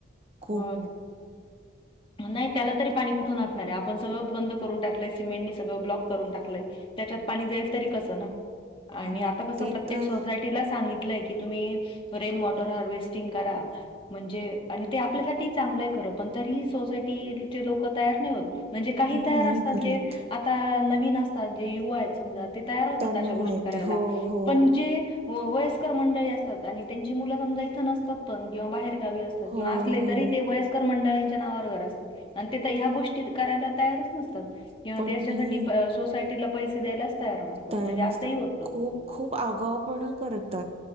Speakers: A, on the right; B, on the left.
A: खूप
B: हो ना. नाही त्याला तरी पाणी कुठून असणार हाय, आपण सगळं बंद करून टाकलंय, सिमेंटनी सगळं ब्लॉक करून टाकलंय. त्याच्यात पाणी जाईल तरी कसं ना? आणि
A: हो
B: आता कसं
A: ते
B: प्रत्येक
A: तर
B: सोसायटीला सांगित लय की तुम्ही रेन वॉटर हार्वेर्स्टिंग करा, म्हणजे आणि ते आपल्यासाठी चांगलं आहे खरं पण तरीही सोसायटीचे लोक तयार नाही होत. म्हणजे काही
A: नाही
B: तयार असतात
A: करत
B: जे आता नवीन असतात जे युवा आहेत समजा, ते तयार होतात
A: त्यांना
B: अशा गोष्टी
A: माहिती
B: करायला,
A: हो हो
B: पण जे हो, वयस्कर मंडळी असतात आणि त्यांची मुलं समजा इथं नसतात पण किंवा बाहेर गावी असतात,
A: हो
B: असले
A: हो
B: तरी ते वयस्कर मंडळी त्या नावावर <unintelligible> आणि तिथं ह्या गोष्टी करायला तयारच नसतात किंवा
A: पण
B: त्याच्यासाठी
A: हे
B: सोसा तिला पैसे द्यायलाच तयार नसतात
A: तयार
B: म्हणजे
A: नसतात.
B: असही होतं.
A: खूप खूप आगाऊपणा करतात,